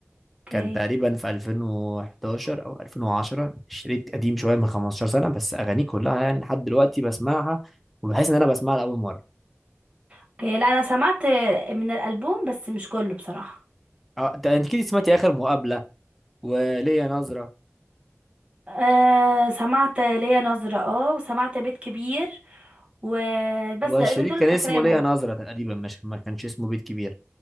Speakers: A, on the right; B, in the centre.
A: اوكي
B: كان تقريبا في 2011 او 2010 شريط قديم شويه من 15 سنه بس اغانيه كلها يعني لحد دلوقتي بسمعها وبحس ان انا بسمعها لاول مره
A: اوكي لا انا سمعت من الالبوم بس مش كله بصراحه
B: أه، انت أنت اكيد سمعتي اخر مقابله وليا نظره
A: آه سمعت ليا نظره اه وسمعت بيت كبير وبس
B: هو
A: تقريبا
B: الشريط
A: دول
B: كان
A: اللي
B: اسمه
A: فاكراهم
B: ليا نظره تقريبا مش ما كانش اسمه بيت كبير